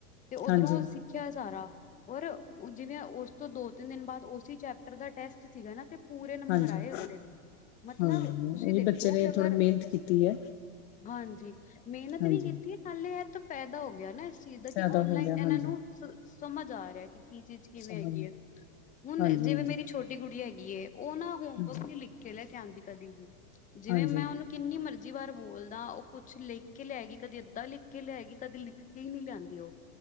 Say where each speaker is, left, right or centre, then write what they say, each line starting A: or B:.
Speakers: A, on the left (about 15°); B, on the left (about 45°).
A: ਤੇ ਉੱਧਰੋਂ
B: ਹਾਂਜੀ
A: ਸਿੱਖਿਆ ਸਾਰਾ, ਔਰ ਜਿਵੇਂ ਉਸ ਤੋਂ ਦੋ ਤਿੰਨ ਦਿਨ ਬਾਅਦ ਉਸ ਚੈਪਟਰ ਦਾ ਟੈਸਟ ਸੀਗਾ ਨਾ। ਪੂਰੇ ਨੰਬਰ
B: ਹਾਂਜੀ
A: ਆਏ ਅਗਲੇ ਦੀ ਮਤਲਬ,
B: ਹਾਂ
A: ਤੁਸੀਂ
B: ਉਹੀ
A: ਦੇਖੋ
B: ਬੱਚੇ ਨੇ
A: ਕਿ ਅਗਰ
B: ਥੋੜੀ ਮਿਹਨਤ ਕੀਤੀ ਹੈ
A: ਹਾਂਜੀ, ਮਿਹਨਤ
B: ਹਾਂਜੀ
A: ਵੀ ਕੀਤੀ ਨਾਲੇ, ਤਾਂ ਪੈਦਾ ਹੋ ਗਿਆ, ਨਾ ਇਸ ਚੀਜ਼ ਦਾ
B: ਜ਼ਿਆਦਾ
A: ਕਿ ਔਨਲਾਈਨ
B: ਹੋ ਗਿਆ
A: ਇਹਨਾਂ
B: ਹਾਂਜੀ
A: ਨੂੰ ਸਮਝ ਆ ਰਿਹਾ ਕਿ ਕੀ ਚੀਜ਼ ਕਿਵੇਂ
B: ਸਮਝ
A: ਹੈਗੀ
B: ਗਈ।
A: ਹੈ, ਹੁਣ
B: ਹਾਂਜੀ
A: ਜਿਵੇਂ
B: ਹਾਂਜੀ
A: ਮੇਰੀ ਛੋਟੀ ਗੁੜੀਆ ਹੈਗੀ ਐ। ਉਹ ਨਾ ਹੋਮਵਰਕ
B: ਹਾਂਜੀ
A: ਨੀ ਲਿਖੇ ਲੈ ਕੇ ਆਂਦੀ ਕਦੀ ਵੀ, ਜਿਵੇਂ
B: ਹਾਂਜੀ
A: ਮੈਂ ਉਹਨੂੰ ਕਿੰਨੀ ਮਰਜ਼ੀ ਵਾਰ ਬੋਲਦਾ, ਉਹ ਕੁੱਛ ਲਿ ਲਿਖ ਕੇ ਲੈ ਗਈ, ਕਦੇ ਅੱਧਾਂ ਲਿਖ ਕੇ ਲੈ ਗਈ, ਕਦੇ ਲਿਖ ਕੇ ਹੀ ਨੀ ਲਿਆਂਦੀ ਉਹ